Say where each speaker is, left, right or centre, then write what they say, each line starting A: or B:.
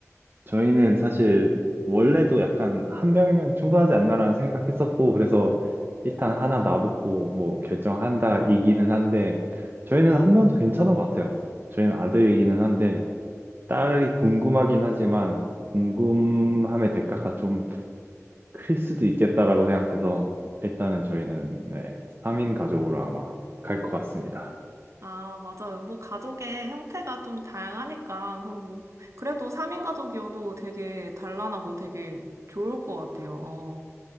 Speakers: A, on the right; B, on the right.
A: 저희는 사실 원래도 약간 한 명이면 충분하지 않나라는 생각했었고 그래서 일단 하나 놔보고 뭐 결정한다 이기는 한데 저희는 한 명도 괜찮은 것 같아요. 저희는 아들이기는 한데 딸이 궁금하긴 하지만 궁금함의 대가가 좀 클 수도 있겠다라고 생각해서 일단은 저희는 네, 3인 가족으로 아마 갈 것 같습니다.
B: 아, 맞아요. 뭐, 가족의 형태가 좀 다양하니까, 그럼 뭐, 그래도 3인 가족이어도 되게 단란하고 되게 좋을 것 같아요. 어.